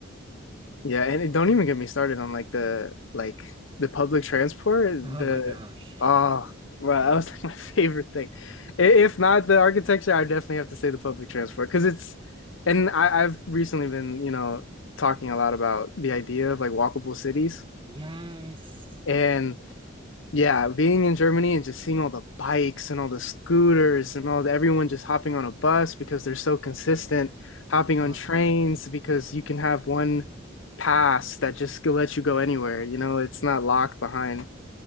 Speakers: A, on the left; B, on the right.
A: Yeah, and it, don't even get me started on like the like the public transport.
B: Oh
A: The
B: my gosh.
A: oh, well, that was like my <laughs> favorite thing. I- If not the architecture, I definitely have to say the public transport because it's, and I, I've recently been, you know, talking a lot about the idea of like walkable cities.
B: Yes.
A: and. Yeah, being in Germany and just seeing all the bikes and all the scooters and all the everyone just hopping on a bus because they're so consistent, hopping
B: Ugh.
A: on trains because you can have one pass that just lets you go anywhere. You know, it's not locked behind